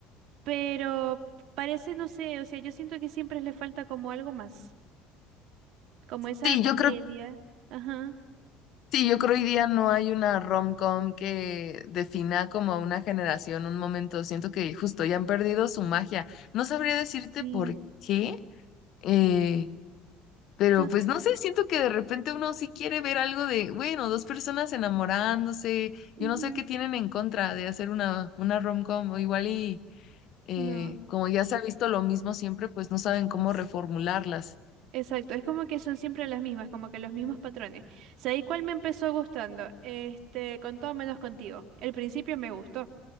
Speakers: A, on the right; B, on the left.
A: pero parece, no sé, o sea, yo siento que siempre le falta como algo más. como esa
B: sí,
A: comedia.
B: yo creo
A: Ajá,
B: Sí, yo creo hoy día no hay una rom-com que defina como a una generación, un momento. Siento que justo ya han perdido su magia. No sabría decirte
A: sí,
B: por qué, eh, pero
A: yo,
B: pues no sé, siento que de repente uno sí quiere ver algo de, bueno, dos personas enamorándose.
A: ujú,
B: Yo no sé qué tienen en contra de hacer una, una rom-com o igual y eh,
A: no.
B: como ya se ha visto lo mismo siempre, pues no saben cómo
A: s-
B: reformularlas.
A: Exacto, es como que son siempre las mismas, como que los mismos patrones. ¿Sabes cuál me empezó gustando? Este, con todo menos contigo. El principio me gustó,